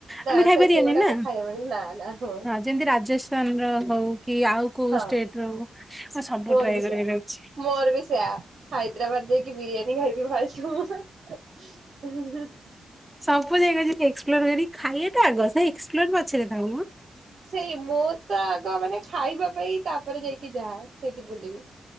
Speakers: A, on the right; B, in the centre.
A: ନା
B: ଆମେ ଖାଇପାରିବାନି
A: ସେଗୁଡ଼ାକ
B: ନା
A: ଖାାଇବା ପାଈଁ ନାଁ ନାଁ।
B: ହଁ ଯେମିତି ରାଜସ୍ଥାନ ର ହଉ କି ଆଉ କୋଉ
A: ହଁ
B: ଷ୍ଟେଟ ର ହଉ ସବୁ
A: ମୋର
B: ଟ୍ରାଏ
A: ବି ସେୟା
B: କରିବାର ଅଛି।
A: ମୋର ବି ସେୟା ହାଇଦ୍ରାବାଦ ଯାଇକି ବିରିୟାନୀ ଖାଇବି ଫାର୍ଷ୍ଟ ମୁଁ। <unintelligible>
B: ସବୁ ଜାଗା ଯମି ଏକ୍ସପ୍ଲୋର କରି ଖାଇବାଟା ଆଗ ସେ ଏକ୍ସପ୍ଲୋର ପଛରେ ଥାଉ ମୋ।
A: ସେଇ ମୁଁ ତ ଆଗ ମାନେ ଖାଇବା ପାଇଁ ତାପରେ ଯାଇକି ଯାହା। ସେଇଠି ବୁଲିବି।